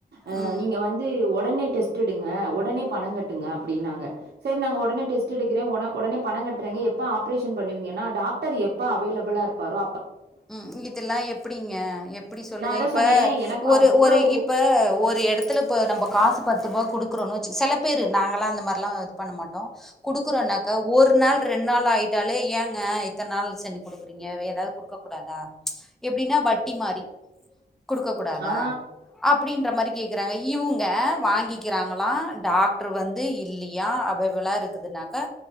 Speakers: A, on the right (about 75°); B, in the centre.
A: அஹ்
B: ம்.
A: நீங்க வந்து உடனே டெஸ்ட் எடுங்க உடனே பணம் கட்டுங்க அப்படின்னாங்க சரி நா உடனே டெஸ்ட் எடுக்றேன் உடனே பணம் கட்டுறங்க எப்ப ஆப்ரேஷன் பண்ணுவீங்கன்னா டாக்டர் எப்ப அவைலபிளா இரு ப்பாரோ
B: உம் இதெல்லாம் எப்படிங்க எப்படி சொல்லுங்க
A: நா அதா
B: இப்ப
A: சொன்னே எனக்கு
B: ஒரு
A: அவ்ளோ
B: ஒரு இப்ப ஒரு இடத்துல இப்ப நம்ம காசு பத்து ரூபாய் குடுக்கறோம்ன்னு வச்சு சில பேரு நாங்களாம் அந்த மாதிரிலா இது பண்ண மாட்டோம் கொடுக்கோனாக்க ஒரு நாள் ரெண்டு நாள் ஆயிட்டாலே ஏங்க இத்தனை நாள் செ கொடுக்குறீங்க ஏதாவதுடு இருக்க கூடாதா எப்படின்னா வட்டி மாறி கொடுக்க கூடாதா
A: ஆ
B: அப்படின்ற மாிக்கே ங்க இவங்க வாங்கிக்கிறாங்களாம் டாக்டர் வந்து இல்லையா அவைபளா இருக்குது க்கா